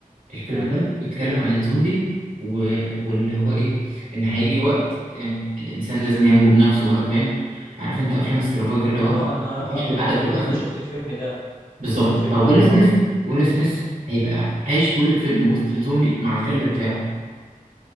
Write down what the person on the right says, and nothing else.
الفيلم
ده بيتكلم عن الزومبي و... واللي هو ايه ان هيجي وقت يعني الانسان لازم ينجو بنفسه بقى فاهم عارف انت افلام السرفايفل اللي
هو انت
هتعيش
لوحدك
في الاخر
بالظبط
فويل
سميث ويل سميث هيبقى عايش طول الفيلم وسط الزومبي مع الكلب بتاعه